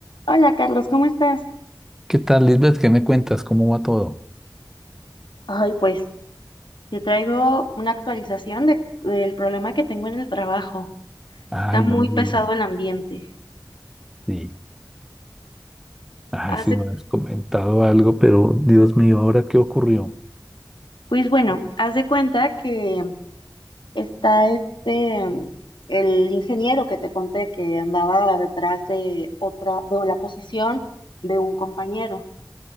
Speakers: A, on the left (about 85°); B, in the centre.
A: Hola Carlos, ¿cómo estás?
B: ¿Qué tal, Lisbeth? ¿Qué me cuentas? ¿Cómo va todo?
A: Ay, pues te traigo una actualización de- del problema que tengo en el trabajo.
B: Ay,
A: Está muy
B: no me
A: pesado
B: digas.
A: el ambiente.
B: Sí. Ay,
A: Haz
B: sí
A: de-
B: me has comentado algo, pero Dios mío, ¿ahora qué ocurrió?
A: pues bueno, haz de cuenta que está este, mm, el ingeniero que te conté que andaba detrás de otra, de la posición de un compañero,